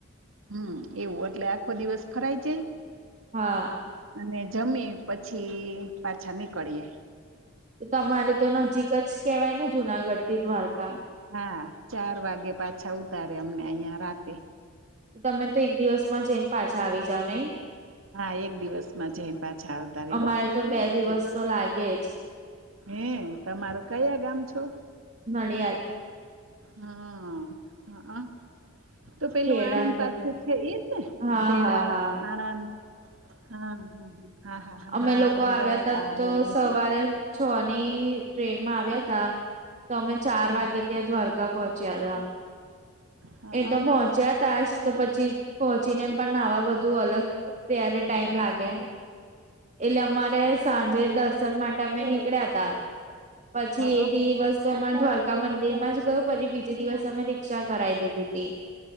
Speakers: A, on the right; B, on the right.
A: હમ એવું એટલે આખો દિવસ ફરાય છે
B: હા
A: અને જમી પછી પાછા નીકળીએે
B: તો તમારે તો નજીક જ કેવાય ને જુનાગઢ થી દ્વારકા
A: હા ચાર વાગે પાછા ઉતારે અમને અહં રાતે
B: તમે તો એક દિવસમાં જઈને પાછા આવી જાાવ નહીિ
A: હા એક દિવસ માં જઈન પાછા આવતા રહે
B: અમારે
A: એવા
B: તો બે દિવસ તો લાગે જ
A: હે તમારું કયા ગામ છો
B: મળડિયાદ
A: હા હ હ તો પેલું
B: ખેડા
A: આણંદ
B: બધે
A: પાસે છે એજ ને
B: હા
A: ખેડા
B: હા હા
A: આણંદ હા હ હ હા હા હમણા
B: અમે લોકો
A: આણંધો
B: આવ્યા તા
A: આ
B: તો
A: વલી
B: સવારે છ ની ટ્રેનમાં આવ્યા હતા તો અમે ચાર
A: હા
B: વાગે ત્યા દ્વારકા પહોચ્યા હતા
A: હઅ
B: એ
A: હઅ
B: તો પહોંચ્યા તા જ તો પછી પહોંચીને એમ પણ નવા બધું અલગ ત્યારે ટાઈમ લાગે એટલે અમારે સાંજે દર્શન માટે અમે નીકળ્યા ત પછી
A: હઅ
B: એ દિવસ તો અમારા દ્વારકા મંદિર માં જ ગયું પરી બીજી દિવસ અમે રિક્ક્ષા કરી દીધી હતી